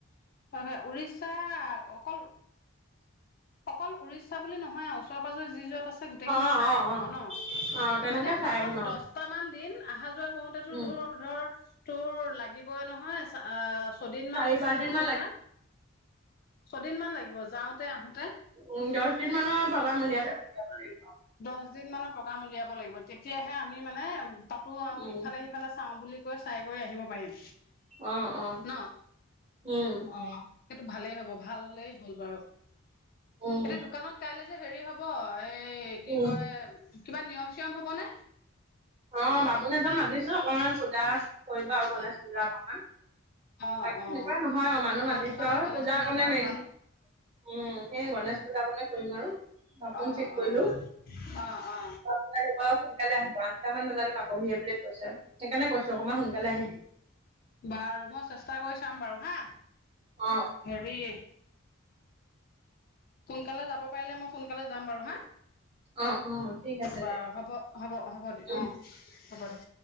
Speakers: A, on the left; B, on the right.
A: হয়ঁ হয়ঁ উৰিষ্যা অকল- অকল উৰিষ্যা বুলি নহয় আৰু ওচৰে পাজৰে যি যত আছে গোটেইখিনি
B: অ
A: চাই
B: অ
A: আহিম
B: অ
A: আৰু ন।
B: অ তেনেকে
A: মানে হাতত
B: চাই আহিম আৰু
A: দহটা মান দিন আহা যোৱা কৰোতেতো
B: উম
A: ধৰক- ধৰ তোৰ লাগিবই নহয় চা আ- ছদিনমান
B: চাৰি
A: গুচি
B: পাঁচ
A: যাবগৈ
B: দিন মান
A: নহয় ছদিনমান লাগিব যাওঁতে আহোতে।
B: উমঁ দহ দিন মানৰ প্ৰগ্ৰাম উলিয়াই দে যাব লাগিব।
A: দহ দিন মানৰ প্ৰগ্ৰাম উলিয়াব লাগিব তেতিয়াহে আমি মানে তাতো আৰু
B: উম
A: ইফালে সিফালে চাওঁ বুলি- গৈ চাই কৰি আহিব পাৰিম
B: অ অ
A: ন
B: উম
A: অঁ। সেইটো ভালে হ'ব। ভালেই হ'ল বাৰু
B: উম
A: এতিয়া দোকানত কাইলে যে হেৰি হ'ব এই-
B: উম
A: এ কিবা নিয়ম চিয়ম হবনে?
B: অঁ বাবুনে এজন মাতিছো অকনমান পূজা কৰিব আৰু গণেশ পূজা অকনমান।
A: অ
B: বাকী
A: অ
B: এনেকুৱা নহয় আৰু মানুহ মাতিছোঁ
A: অ দোকানত
B: আও
A: গণেশ
B: পূজাকণে
A: পূজা কৰা
B: মেইন।
A: ভাল
B: উমঁ সেয়ে গণেশ পূজা কনে কৰিম আৰু বাপোন
A: অ
B: ঠিক কৰিলোঁ।
A: অ অ অ
B: আহিব সোনকালে আহিব আঠটা মান বজাতে পাবহি বুলি কৈছে, সেইকাৰণে কৈছো
A: অ
B: অকণমান সোনকালে আহিবি।
A: বাৰু মই চেষ্টা কৰি চাম বাৰু হা।
B: অ
A: হেৰি সোনকালে যাব পাৰিলে মই সোনকালে যাম বাৰু হা?
B: অ অ ঠিক আছে
A: বাৰু
B: দে
A: হ'ব-হ'ব-হ'ব দিয়া
B: উম
A: অ হ'ব দে।